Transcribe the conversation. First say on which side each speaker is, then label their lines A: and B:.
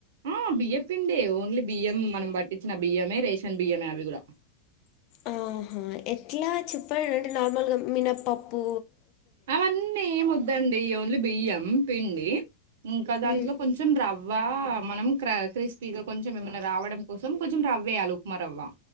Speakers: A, on the right (about 55°); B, on the left (about 40°).
A: ఆ బియ్య పిండే ఓన్లీ బియ్యం మనం పట్టించిన బియ్యమే రేషన్ బియ్యమే అవి కూడా
B: ఆహా ఎట్లా చప్ ఇప్పటంటే నార్మల్గా మినప్ప ప్పు
A: అవన్నీ ఏమోద్ అదండి ఓన్లీ బియ్యం పిండి ఇంకా దాంట్లో
B: మ్మ్.
A: కొంచెం రవ్ వా మనం క్ర క్రిస్పీగా కొంచెం ఏమైనా రావడం కోసం కొంచెం రవ్వేయాలి ఉప్మా రవ్వ